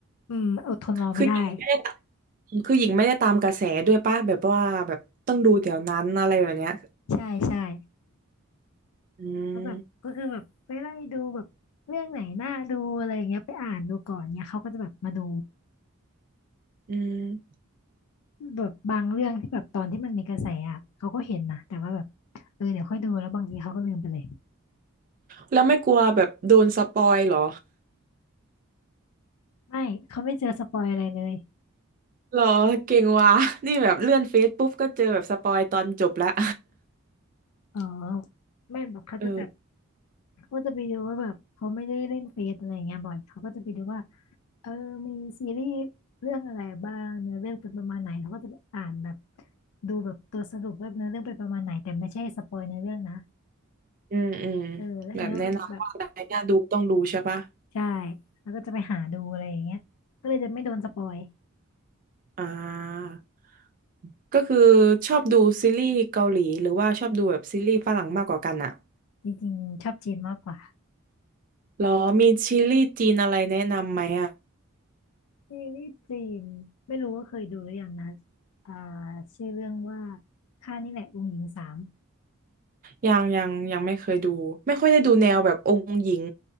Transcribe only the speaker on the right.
คือหญิงไม่ได้ตามคือหญิงไม่ได้ตามกระแสด้วยป่ะ แบบว่าแบบต้องดูเดี๋ยวนั้นอะไรแบบเนี้ย
อืม
อืม
แล้วไม่กลัวแบบโดนสปอยเหรอ
<laughs> เหรอเก่งว่ะนี่แบบเลื่อนเฟซปุ๊บก็เจอแบบสปอยตอนจบแล้ว <laughs>
เออ
อืมอืม
แบบแนะนำว่าอะไรน่าดูต้องดูใช่ป่ะ
อ่า ก็คือชอบดูซีรีส์เกาหลีหรือว่าชอบดูแบบซีรีส์ฝรั่งมากกว่ากันอะ
หรอมีซีรีส์จีนอะไรแนะนำไหมอะ
ยังยังยังไม่เคยดู ไม่ค่อยได้ดูแนวแบบองค์หญิง